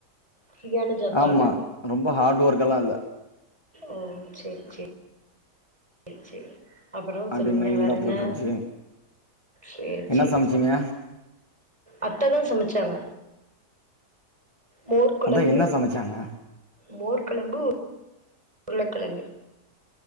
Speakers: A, on the right (about 20°); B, on the left (about 15°).
A: ஃப்ரீயான ஜாப்
B: ஆமா
A: தான
B: ரொம்ப ஹாட் ஒர்க் எல்லா இல்ல
A: ஓ சேர் சேரி சேர் சேரி அப்பறோ
B: அப்டியே
A: சொல்லுங்க
B: மைல்டா
A: வேற என்ன
B: போயிட்டு இருந்துச்சு
A: சேர்
B: என்ன
A: சேரி
B: சமச்சீங்க
A: அத்ததா சமச்சாங்க மோர் கொழம்பு
B: அதா என்ன சமச்சாங்க
A: மோர் கொழம்பு உருளக்கெழங்கு